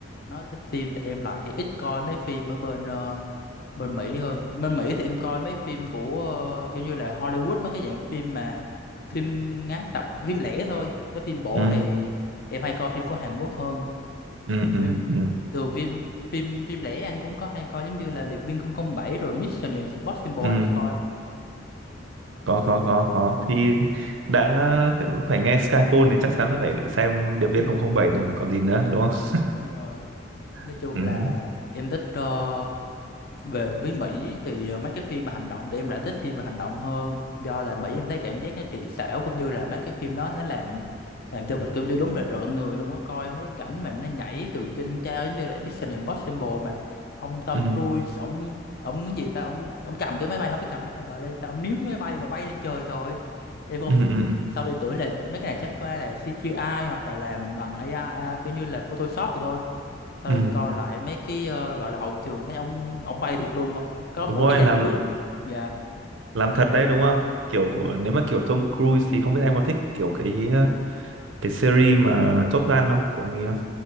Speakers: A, on the left; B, on the right.
A: nói tới phim thì em lại ít coi mấy phim ở bên ờ, bên Mỹ hơn bên Mỹ thì em coi mấy phim của ờ, kiểu như là Hollywood mấy cái dạng phim mà phim ngắn tập phim lẻ thôi chứ phim bộ
B: ừ
A: thì em hay coi phim của Hàn Quốc hơn
B: ừ ừ
A: phim
B: ừ,
A: thường phim phim phim lẻ anh cũng có hay coi giống như là Điệp viên 007 rồi Mission Impossible
B: ừ.
A: anh có coi không
B: có có có có thì đã phải nghe Skyfall thì chắc chắn là phải xem Điệp viên
A: Ừ,
B: 007 rồi còn gì nữa đúng không
A: hiểu rồi
B: <laughs>
A: nói chung
B: ừ
A: là em thích ờ, về với Mỹ thì ờ, mấy cái phim mà hành động thì em lại thích phim mà hành động hơn do là Mỹ em thấy cảm giác nó kỹ xảo cũng như là mấy cái phim đó nó làm làm cho mình cũng như đúng là rợn người luôn á coi mấy cái cảnh mà nó nhảy từ trên cao giống như là Mission Impossible mà ông Tom
B: ừ
A: Cruise ông ông cái gì ta ông ông cầm cái máy bay không phải cầm máy bay gọi lên ta ông níu cái máy bay mà bay lên trời thôi em không
B: ừ ừ ừ
A: sau em tưởng là mấy cái này chắc có lẽ là CGI hoặc là làm bằng AI à, kiểu như là Photoshop rồi thôi sao
B: ừ.
A: em coi lại mấy cái ờ, gọi là hậu trường thấy ông ông bay thiệt luôn ông có mỗi
B: đúng rồi
A: cái dây
B: làm
A: cước dạ
B: làm thật đấy đúng không kiểu
A: dạ đúng rồi
B: nếu mà kiểu Tom Cruise thì không biết em có thích kiểu cái ờ, cái series mà Top Gun không của ông ấy không